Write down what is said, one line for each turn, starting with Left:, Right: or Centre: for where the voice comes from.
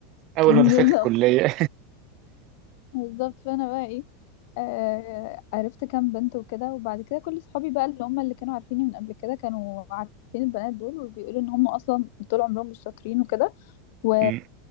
Right: أول
Left: <laughs>
Right: ما دخلت
Left: بالظبط
Right: الكلية
Left: بالظبط فانا بقى ايه آه عرفت كام بنت وكده وبعد كده كل صحابي بقى اللي هم اللي كانوا عارفيني من قبل كده كانوا عارفين البنات دول وبيقولوا ان هم اصلا طول عمرهم مش شاطرين وكده و...
Right: <laughs> مم.